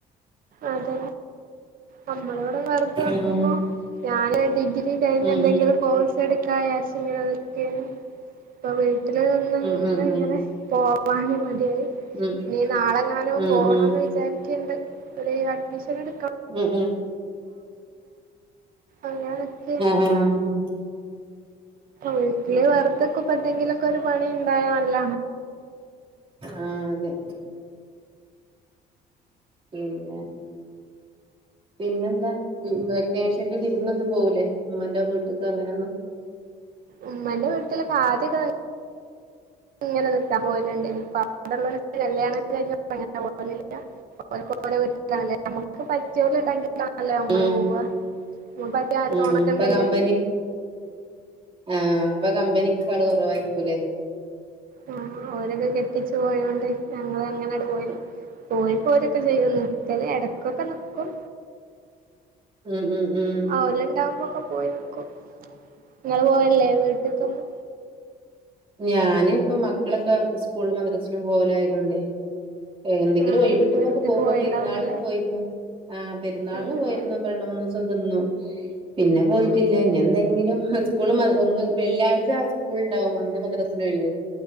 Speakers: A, on the right; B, on the right.
A: അതെ നമ്മളോവിടെ വെറുത നോക്കുമ്പോ
B: ഉം
A: ഞാന് ഡിഗ്രി കഴിഞ്ഞ്
B: ഉം
A: എന്തെങ്കിലും കോഴ്സ് എടു കായശങ്ങനോക്കെ <unintelligible> വീട്ടിൽ നിന്ന്
B: ഉം
A: നിന്ന്
B: ഉം
A: ഇങ്ങനെ
B: ഉം
A: പോവാന് മടിയായി
B: ഉം
A: നീ നാളെങ്ങാന
B: ഉം
A: പോണന്ന്
B: ഉം
A: വിചാരിക്കണ്ട് ഒരു അഡ്മിഷൻ എടു
B: ഉം ഉം
A: അങ്ങനെ നിക്കേനി
B: ഹ ഹ അ
A: വീട്ടില് വെറുതൊക്കെ ഇപ്പ എന്തെങ്കിലൊക്കെ ഒരു പണി ഉണ്ടായല്ല
B: ആഹ് അതെ പേരെന്ന പിന്നെന്താ വെക്കേഷനിൽ വിരുന്നൊന്നും പോവുല്ലേ ഉമ്മന്റെ അങ്ങട്ടേക്ക് അങ്ങനൊന്നും
A: ഉമ്മന്റെ വീട്ടിലൊക്കെ ആദ്യക്കെ ഇങ്ങനെ നിൽക്കാൻ പോവലുണ്ട് <unintelligible> വിടൊള്ളവരൊക്കെ കല്യാണം കഴിഞ്ഞപ്പ <unintelligible> വിരൊക്കെ വരെ വീട്ടിലാണല്ലേ ഞമ്മുക്ക് <unintelligible> ല്ലേ നമ്മള്
B: ഉം
A: പോവ എന്നും പറഞ്ഞിട്ട് ആരു
B: ഉം
A: തോണക്കെ
B: ഇപ്പൊ
A: ഇണ്ടലേ
B: കമ്പനി ആഹ് ഇപ്പൊ കമ്പനിക്ക് പണി കുറവായിരിക്കൂലേ
A: ആ ഓരൊക്കെ കെട്ടിച്ചു പോയോണ്ട് ഞങ്ങള്ളങ്ങനെ പോയത് പോയി പോരൊക്കെ ചെയ്യും ചില ഇടക്കൊക്കെ നക്കും
B: ഉം ഉം ഉം
A: ആ ഓനീണ്ടാവുമ്പോക്കെ പൊയക്കോ നിങ്ങള് പോയല്ലേ വീട്ടിക്കുന്ന്
B: ഞാനും ഇപ്പൊ മക്കളൊക്കെ സ്കൂള മദ്രസിലും പോവലായതൊണ്ടേ എന്തങ്കിലും
A: ആഹ്
B: ഒഴിവ്ക്കിട്ടുമ്പോ
A: വീട്ട്ക്ക്
B: ഒക്കെ പോകും
A: പോയിണ്ടാവൂലല്ലേ
B: പെരുന്നാളിന് പോയിരുന്നു ആ പെരുന്നാളിന്
A: ആഹ്
B: പോയിരുന്നു.
A: ആഹ്
B: രണ്ടു മൂന്നു ക്കുന്നു പിന്നെ പോയിട്ടില്ല
A: ആഹ്
B: ന്നെ എന്തെങ്കിലും സ്കൂളും ഒന്നും വെള്ളിയാഴ്ച സ്കൂൾ ണ്ടാവും <unintelligible>